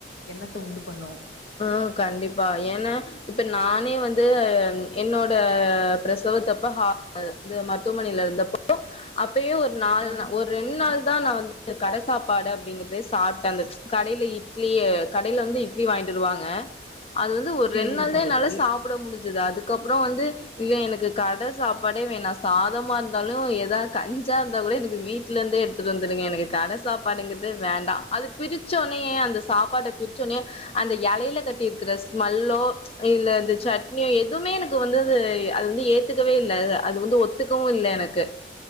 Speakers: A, on the left; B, on the left.
A: எண்ணத்த உண்டு பண்ணு
B: ஆ கண்டிப்பா ஏனா இப்ப நானே வந்து என்னோட பிரசவத்தப்ப ஹா இது மருத்துவமனைல இருந்தப்போ அப்போ அப்பயே ஒரு நாள்
A: ஆ
B: ஒரு ரெண்டு நாள் தா நா வந்து கட சாப்பாடு அப்டிங்கறதே சாப்டாங் அந்த கடையில இட் இட்லிய கடையில வந்து இட்லி வாங்கிட்டு டுவாங்க அது வந்து ஒரு
A: சேரிங்க
B: ரெண்ட் நாள்
A: சகோதரி
B: தா என்னால சாப்புட முடிஞ்சது அதுக் அதுகப்றோ வந்து இல்ல எனக்கு கட சாப்பாடே வேணா சாதமா இருந்தாலு எதா கஞ்சா இருந்தா கூட எனக்கு வீட்ல இருந்தே எடுத்துட்டு வந்துடுங்க எனக்கு கட சாப்பாடுங்கறதே வேண்டா அது பிரிச்ச ஒனனேயே அந்த சாப்பாட்ட பிரிச்சோட்னேயே அந்த எலையில கட்டியிருக்கிற ஸ்மெல்லோ ச் இல்ல இந்த சட்னியோ எதுமே எனக்கு வந்து அது அது வந்து ஏத்துக்கவே இல்ல அது வந்து ஒத்துக்கவு இல்ல எனக்கு